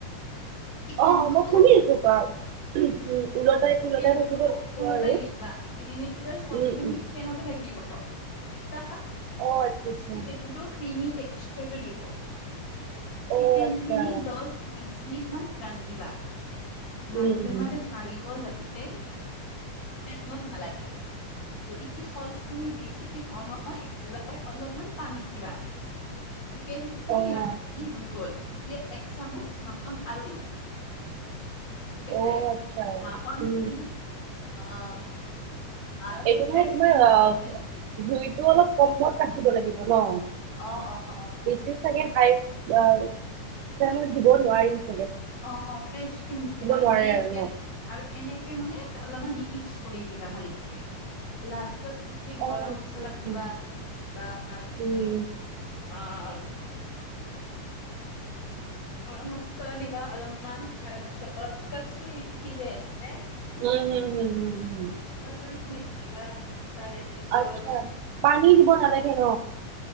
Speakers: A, on the left; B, on the right.
A: চিকেনটো
B: অ মই শুনি আছো কোৱা <unintelligible> পোলটাই
A: কিন্তু
B: থাকিব লাগিব
A: ওলটাই
B: আৰু
A: দিবা চচ
B: উম
A: খিনি
B: উম
A: ফেনতে থাকিব পিতাপ
B: অ আচ্ছা আচ্ছা
A: চিকেন ক্ৰীমি টেকসাৰটো দিব চিকেন
B: অ আচ্ছা
A: খিনি দহ বিশ মিনিট মান ৰান্ধিবা মাজে
B: উম
A: মাজে পাৰি চচ খিনি বেছিকে গৰম হয় অলপমান পানী দিবা <inaudible> চিকেন খিনি
B: উম অ
A: ৰান্ধি
B: আচ্ছা আচ্ছা
A: হৈ গ'ল এতিয়া এক চামুচ মান আৰু দিবা। ঠিক আছে।
B: অ আচ্ছা
A: মাখনখিনি
B: উম
A: অ' আৰু
B: এইটো
A: ফ্ৰেছ
B: মানে তোমাৰ
A: ক্ৰীম দিবা
B: অ'
A: ফ্ৰেছ ক্ৰীম
B: জুইতটো অলপ কমত কাটিব লাগিব ন
A: অ অ অ অ
B: বেছি চাগে হাই অ' তেওঁ দিব নোৱাৰি
A: অ' অ' ফ্ৰেচ ক্ৰীম দি দিবা আৰু
B: নোৱাৰে
A: এই ষ্টেপ
B: ন
A: আৰু এনেকে মানে। অলপমান মিক্স কৰি দিবা ভালকে লাষ্টত তুমি
B: অ
A: গৰম
B: আচ্ছা
A: মছলা
B: আচ্ছা
A: দিবা
B: উম
A: বা তুমি
B: উম
A: অ' গৰম মচলা দিবা অলপমান তাৰপিছত কচটুৰি মিঠি যে আছে
B: উম উম উম উম উম
A: কচটুৰি মিঠি বা তাৰে পিছত
B: আচ্ছা পানী দিব নালাগে ন?